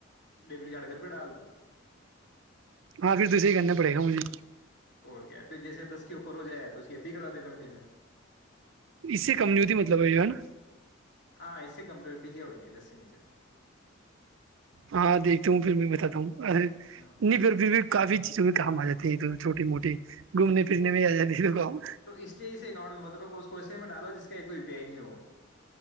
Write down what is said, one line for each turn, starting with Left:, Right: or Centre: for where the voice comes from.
Left: ڈیبٹ کارڈ اگر ر پہ ڈال لو
Right: ہاں پھر تے ہی کہنے پڑے ہو جی
Left: اور کیا پھر جیسے دس کے اوپر ہو جائے تو اس کی ا ڈی کروا دینا منی سے
Right: اس سے کمزورور مطلب ہے یہ ہے نا
Left: ہاں اس سے کم تو ابڑی کیا ہوئی گئی دسی نیچے تو
Right: ہاں دیکھتا ہوں پھر میں بتاتا ہوںے
Left: ہاں
Right: نہیں پ پھر بھی کافی چیزوں میں کام آ جاتے ہیں تو چوٹے موٹے گھومنے پھرنے میں آ جاتے ہیں تو کام
Left: تو اس لیے اسی اکاؤنٹ میں مطلب اس کوے میں ڈالو ج کا یہ کوئی ی پی آئی نہیں ہو